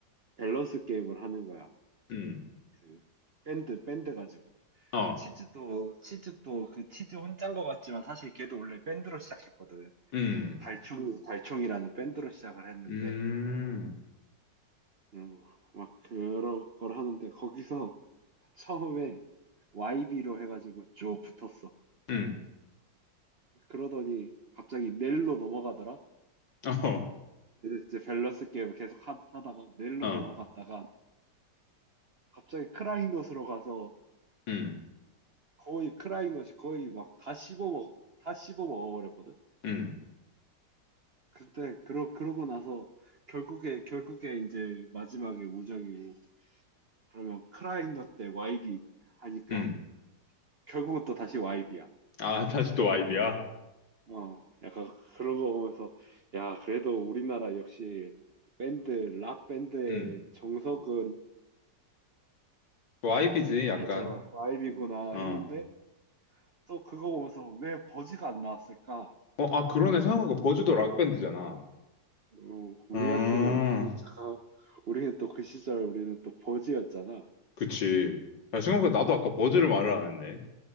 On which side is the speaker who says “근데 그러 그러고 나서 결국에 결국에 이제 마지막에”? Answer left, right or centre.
Right